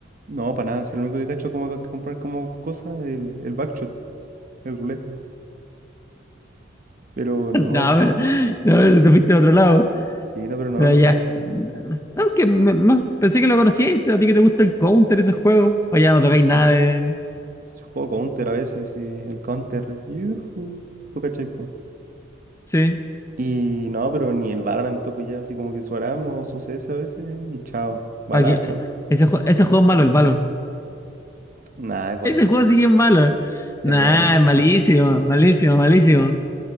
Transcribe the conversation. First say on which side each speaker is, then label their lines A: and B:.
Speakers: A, on the right; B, on the left.
A: No, para nada, si lo único que cacho es como que comprar como cosa el, el backshot, el roulette. Pero no,
B: No, a ver, no, te fuiste a otro lado.
A: sí, no, pero no,
B: Pero
A: no
B: ya.
A: cacho.
B: Aunque me- más- pensé que lo conocíais, si a ti que te gusta el Counter, ese juego. O ya no tocáis nada de.
A: Juego counter a veces, sí, el counter, yujú, tú cachai, po.
B: Sí.
A: Y no, pero ni el Valorant toco ya, así como que su Aram o su CS a veces, y chao, Balatro.
B: Oye, ese, jue- ese juego es malo, el malo.
A: Nah, es bueno,
B: Ese juego sigue malo.
A: es
B: Nah,
A: bueno.
B: malísimo, malísimo, malísimo.